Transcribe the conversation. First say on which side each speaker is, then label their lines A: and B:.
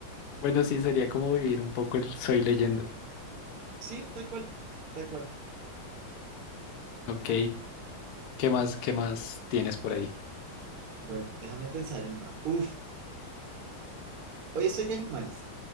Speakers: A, on the left; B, on the right.
A: Bueno, sí, sería como vivir un poco el Soy Leyenda.
B: Sí, tal cual, tal cual.
A: Ok. ¿Qué más, qué más tienes por ahí?
B: Bueno, déjame pensar en una. Uf, hoy estoy de animales.